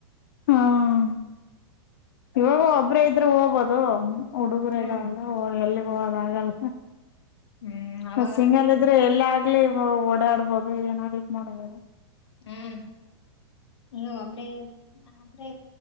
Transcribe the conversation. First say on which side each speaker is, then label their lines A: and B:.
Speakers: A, on the left; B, on the left.
A: ಹ್ಮ ಇವಾಗ ಒಬ್ರೇ ಇದ್ರರು ಹೋಗ್ಬೋದು ಹುಡುಗರು
B: ಹ್ಮ್
A: ಇದ್ದಾವಲ್ಲ ಹ ಎಲ್ಲಿಗೆ ಹೋಗದಾಗಲ್ಲ
B: ಹ್ಮ್ ಅವಾಗಾದ್ರೆ
A: ಸಿಂಗಲ್ ಇದ್ರೆ ಎಲ್ಲ ಆಗ್ಲಿ ಓಡಾಡ್ಬೋದು ಏನರಾ ಮಾಡ್ಬೋದು
B: ಹ್ಮ್ ನೀವು ಒಬ್ರೇ ಇರ್ ಆದ್ರೆ